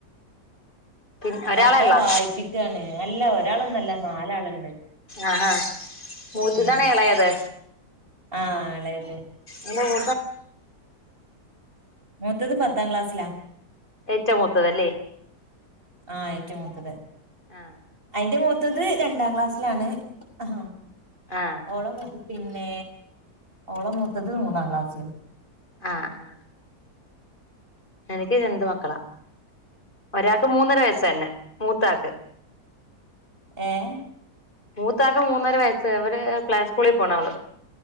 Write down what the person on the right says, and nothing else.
മക്കളെ
വായിപ്പിക്കാണ് അല്ല ഒരാളൊന്നല്ല നാലാള്ണ്ട്.
ഉം
ആ എളയത്
മൂത്തത് പത്താം ക്ലാസ്സിലാ.
ആഹ് ഏറ്റവും മൂത്തത്.
അയിന്റെ മൂത്തത് രണ്ടാം ക്ലാസ്സിലാണ് ആഹ്.
ഓളും പിന്നെ ഓളെ മൂത്തത് മൂന്നാം ക്ലാസിലും
ഏഹ്